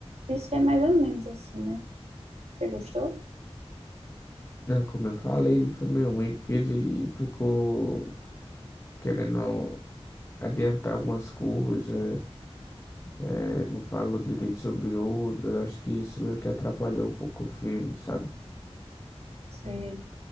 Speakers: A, on the right; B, on the left.
A: de ser mais ou menos assim, né? Você gostou?
B: Não, como eu falei, ele foi meio ruim, porque ele ficou querendo adiantar algumas coisas, eh, não falou direito sobre outras. Acho que isso meio que atrapalhou um pouco o filme, sabe?
A: Você